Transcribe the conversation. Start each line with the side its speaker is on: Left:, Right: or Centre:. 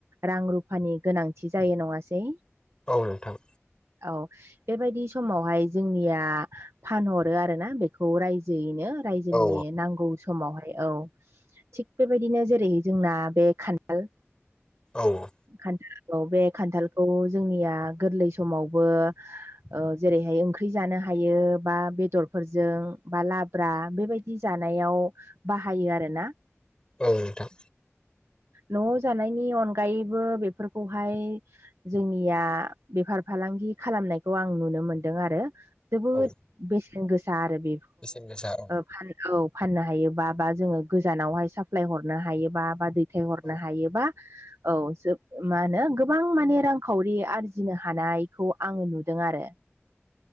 Right: रां रुफानि गोनांथि जायो नङासै,
Left: औ नोंथां,
Right: औ बेबायदि समावहाय जोंनिया फानहरो आरो बेखौ रायजोयैनो रायजोनि
Left: औ
Right: नांगौ, समावहाय औ थिग बेबायदिनो जेरै जोंना बे खान्दाल
Left: औ
Right: खान्थालखौ बे खान्थालखौ जोंनिया गोरलै समावबो, ओ जेरैहाय ओंख्रि जानो हायो बा बेदर, फोरजों बा लाब्रा बेबायदि जानायाव बाहायो आरो ना?
Left: औ नोंथां
Right: न'आव जानायनि अनगायैबो बेफोरखौहाय, जोंनिया बेफार फालांगि खालामनायखौ आं नुनो मोनदों आरो जोबोद
Left: औ
Right: बेसेन गोसा आरो बे
Left: बेसेन गोसा औ
Right: औ फाननो हायोबा बा जोङो गोजानावहाय साप्लााय हरनो हायोबा बा दै, फाथाय हरनो
Left: औ
Right: हायोबा औ जोब मा होनो गोबां माने रांखावरि आरजिनो हानायखौ आङो नुदों आरो